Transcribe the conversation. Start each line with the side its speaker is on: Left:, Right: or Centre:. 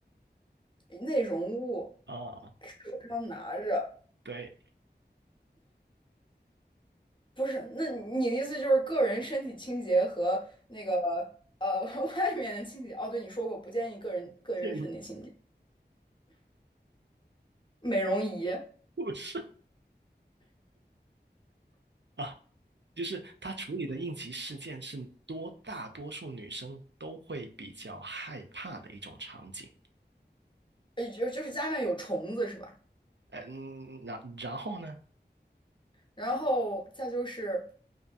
Left: 内容物
Right: 啊。
Left: 手上拿着。
Right: 对，
Left: 不是，那你的意思就是个人身体清洁和那个呃 <laughs> 外面的清洁？哦，对，你说过不建议个人个人身体清洁，
Right: <laughs> 建
Left: 美容仪，
Right: 筑师。<laughs> 就是她处理的应急事件是多大多数女生都会比较害怕的一种场景。
Left: 呃，就就是家里面有虫子是吧？
Right: 呃嗯，然然后呢？
Left: 然后再就是